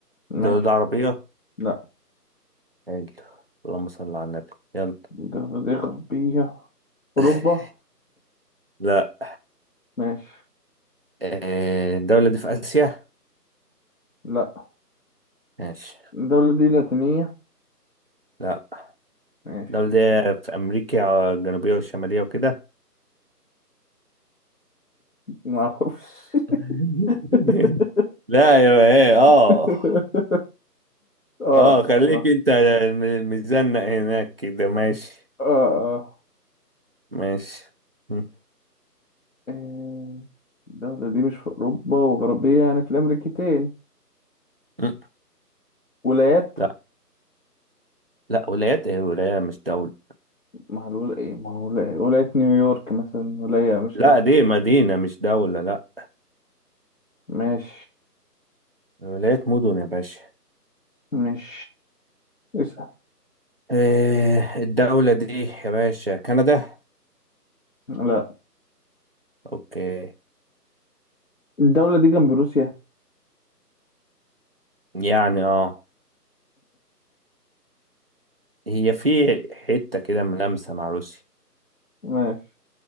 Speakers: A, on the left (about 50°); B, on the right (about 35°).
A: ماشي
B: دولة عربية
A: لا
B: حلو اللهم صل على النبي يلا
A: الدولة دي غربية أوروبا
B: <laughs> لا
A: ماشي
B: آه، الدولة دي في آسيا
A: لا
B: ماشي
A: الدولة دي لاتينية
B: لا
A: ماشي
B: الدولة دي في أمريكا الجنوبية والشمالية وكده
A: معرفش
B: <laughs>
A: <laughs>
B: لا يا ايه اه
A: <laughs> اه اه
B: اه خليك
A: اه
B: انت م- مزنق هناك كده ماشي
A: اه
B: ماشي م-
A: آه، الدولة دي مش في أوروبا وغربية يعني في الأمريكتين
B: م.
A: ولايات
B: لا لا ولايات ايه ولاية مش دولة
A: ما هو الولا- إيه ما هو ولاية ولاية نيويورك مثلا ولاية مش
B: لا
A: عارف
B: دي مدينة مش دولة لا
A: مش
B: ولايات مدن يا باشا
A: مش اسأل
B: إيه الدولة دي يا باشا كندا
A: لا
B: اوكي
A: الدولة دي جنب روسيا
B: يعني اه هي في حتة كده ملامسة مع روسيا
A: ماشي